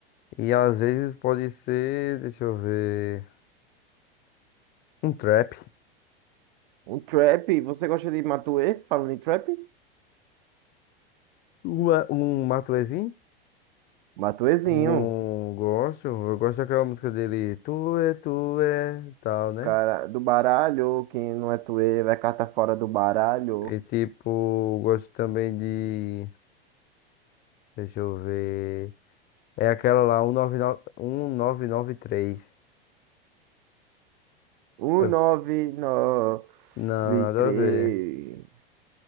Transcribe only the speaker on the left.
E às vezes pode ser, deixa eu ver, um trap,
uma, um Matuezinho,
um gosto, eu gosto daquela música dele, tu é, tu é, tal, né?
É, e tipo, gosto também de, deixa eu ver, é aquela lá, um nove nove um nove nove 1993.
Ó,
Não, nada
a ver.